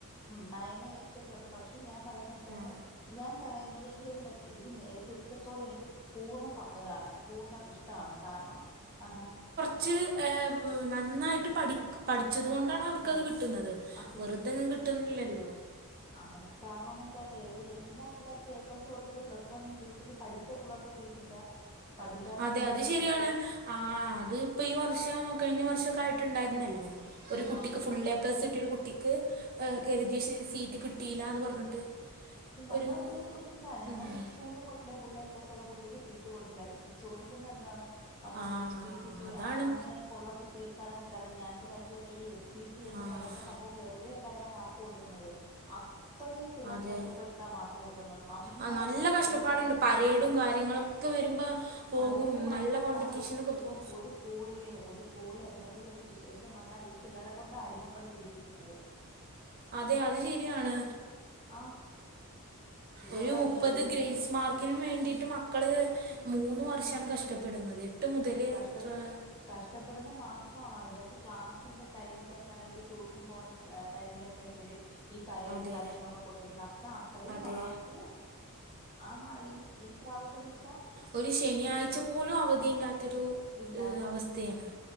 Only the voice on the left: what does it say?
ഉം നയൻ, എയ്റ്റ് ഒക്കെ ഉണ്ട്. പക്ഷെ ഞാൻ പറയുന്ന വെച്ചാല്
ഞാൻ പറയുന്നത് ഈ ഒരു മെത് ഈ സിസ്റ്റത്തോട് എനിക്ക് പൂർണ്ണ സമ്മതാണ് പൂർണ്ണ ഇഷ്ട ടാണ് കാരണം ആ
പഠിച്ച്
ആ
ആഹ് കാരണംന്ന് വെച്ചാലെ ഏത് എല്ലാ പിള്ളേർക്കും എപ്ലസ് കൊടുത്തിട്ട് പ്ലസ് വൺ സീറ്റു പഠിച്ച പുള്ളേർക്ക് സീറ്റില്ല പഠിക്കാത്ത
പിള്ളേർക്ക്
സീറ്റ്
ആ
ഞങ്ങളെവിടെയും
കൊടുത്തില്ല ഞങ്ങടെ
ഈ സ്കൂളിൽ കൊ ഫുള്ളേ എപ്ലസ്ള്ള കുട്ടിക്ക് സീറ്റ് കൊടുത്തില്ല, ചോദിക്കുമ്പോ എന്താണ് മറ്റേ
എസ് പി സിക്ക്
അങ്ങനെയൊക്കെ ഒള്ള കുട്ടികൾക്കാണ് കിട്ടാത്തെ. ഞാനൊരു കാര്യം ചോയ്ക്കട്ടെ ഈ എസ് പി സി എന്ന്
പറയുന്ന സംഭവം വെറുതെ അല്ല അവരാ മാർക്ക് കൊടുക്കുന്നത്, അത്രയും പിള്ളേര്
കഷ് ഷ്ടപ്പെട്ടിട്ടാ മാർക്ക് കൊടുക്കുന്നത്, നന്നായിട്ട്
എസ്
പി സി ആഹ്
പരേഡ് മാത്രല്ല,
ഒരു സ്കു
ഒര് സ്കു സ്കൂളിലെ ഒരു സ്കൂളില് എന്തെങ്കിലും ഒരു വിശേഷം വന്നാൽ ഈ പിള്ളരെ കൊണ്ടാ അടിമപ്പണി ചെയ്യിപ്പിക്കുന്നത്
ആ
അതാ
ട്രെയിനിങ്ങും
കഷ്ട
കഷ്ട ഷ്ടപ്പെടുന്ന മാത്രമാണോ ഇവർക്ക് ക്ലാസിന്റെ ടൈമിലൊക്കെയാണ് ഇവര് ട്യൂഷന് പോണ ടൈമിലൊക്കെയാണ് ഇവര് ഈ പരേഡും
കാര്യങ്ങളും ഒക്കെ കൊണ്ട് വയ്ക്കുന്ന അപ്പ അത്രയും
മാർക്ക് ആഹാ ഈ ഈ പ്രാവശ്യംന്ന് വെച്ചാ
ഇല്ല